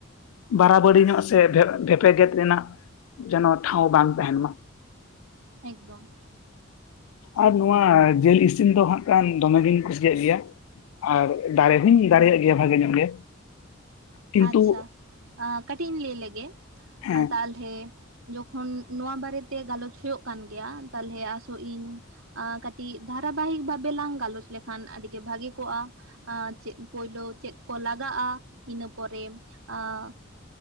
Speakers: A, on the left; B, on the right.
A: ᱵᱟᱨᱟᱵᱟᱨᱤ ᱧᱚᱜ ᱥᱮ ᱵᱷᱮ ᱵᱷᱮᱯᱮᱜᱮᱫ ᱨᱮᱱᱟᱜ ᱡᱮᱱᱚ ᱴᱷᱟᱶ ᱵᱟᱝ ᱛᱟᱦᱮᱱ ᱢᱟ᱾
B: ᱮᱜᱫᱚᱢ᱾
A: ᱟᱨ ᱱᱚᱣᱟ ᱡᱮᱞ ᱤᱥᱤᱱ ᱫᱚ ᱦᱟᱸᱜ ᱠᱷᱟᱱ ᱫᱚᱢᱮᱜᱤᱧ ᱠᱩᱥᱤᱭᱟᱜ ᱜᱮᱭᱟ᱾ ᱟᱨ ᱫᱟᱲᱮ ᱦᱩᱧ ᱫᱟᱲᱮᱭᱟᱜ ᱜᱮᱭᱟ ᱵᱷᱟᱜᱮ ᱧᱚᱜ ᱜᱮ᱾ ᱠᱤᱱᱛᱩ
B: ᱟᱪᱷᱟ ᱟᱸ ᱠᱟᱹᱴᱤᱡ ᱤᱧ ᱞᱟᱹᱭ ᱞᱮᱜᱮ
A: ᱦᱮᱸ
B: ᱛᱟ ᱦᱮᱸ ᱡᱚᱠᱷᱚᱱ ᱱᱚᱣᱟ ᱵᱟᱨᱮ ᱛᱮ ᱜᱟᱞᱚᱪ ᱦᱩᱭᱩᱜ ᱠᱟᱱ ᱜᱮᱭᱟ ᱛᱟᱞᱚᱞᱮ ᱟᱥᱚᱜ ᱤᱧ᱾ ᱟᱸ ᱠᱟᱹᱴᱤᱡ ᱫᱷᱟᱨᱟ ᱵᱟᱦᱤᱠ ᱵᱷᱟᱵᱮ ᱞᱟᱝ ᱜᱟᱞᱚᱪ ᱞᱮᱠᱷᱟᱱ ᱟᱹᱰᱤ ᱜᱮ ᱵᱷᱟᱜᱮ ᱠᱚᱜᱼᱟ᱾ ᱟᱸ ᱪᱮᱫ ᱯᱳᱭᱞᱳ ᱪᱮᱫ ᱠᱚ ᱞᱟᱜᱟᱜᱼᱟ ᱤᱱᱟᱹ ᱯᱚᱨᱮ ᱟᱸ